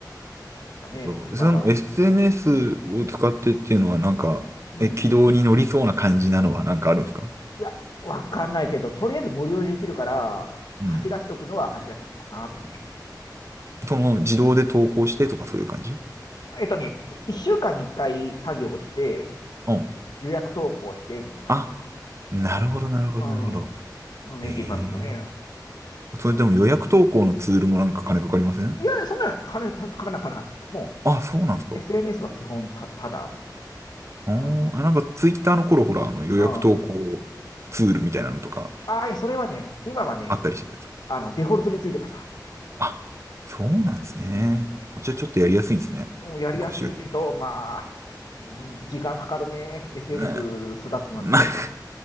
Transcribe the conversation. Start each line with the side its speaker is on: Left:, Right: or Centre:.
Left: なんですかね、
Right: そうその
Left: 今は。
Right: SNS を使ってっていうのはなんか、
Left: うん、
Right: え、軌道に乗りそうな感じなのはなんかあるんですか
Left: いや、わかんないけど、とりあえず無料でできるから、
Right: うん。
Left: 走らしとくのは走らしとこうかなと思って。
Right: その自動で投稿してとかそういう感じ
Left: えっとね、1週間に1回作業をして、
Right: うん。
Left: 予約投稿して、みたいな感じでね。
Right: あ、なるほど、
Left: うん。
Right: なるほど、なるほど。
Left: うん。うん、できますよね。
Right: ええそれでも予約投稿のツールもなんか金かかりません
Left: うん。いやいや、そんなの金たかなかな。も
Right: あ、そうなんですか。
Left: う、SNS は基本た、ただ、みたいな。
Right: あーあ、
Left: うん。
Right: なんかツイッターの頃ほら、あの予約投稿ツールみたいなのとか
Left: うん。ああ、いやそれはね、今はね、
Right: あったりしてたじゃないで
Left: あの、デフォルトについてます。
Right: すか。そうなんですね。
Left: うん、
Right: じゃあちょっとやりやすいんですね。
Left: もうやりやすいけど、
Right: 昔より。
Left: まあ、うん、時間かかるね。SNS
Right: まあ、
Left: 育つのに。
Right: まあ、<laughs>